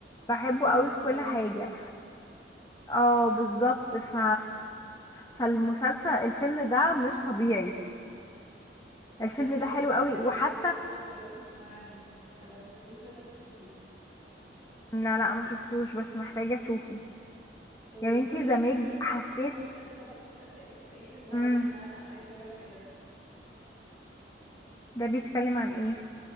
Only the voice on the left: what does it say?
بحبه
قوي في كل
حاجة اه بالظبط ف فالمسلسل الفيلم ده مش طبيعي الفيلم
ده حلو
قوي
وحتى
لا لا ما شفتوش بس محتاجة اشوفه
يا بنتي
زمج
حسيت
امم
ده بيتكلم عن ايه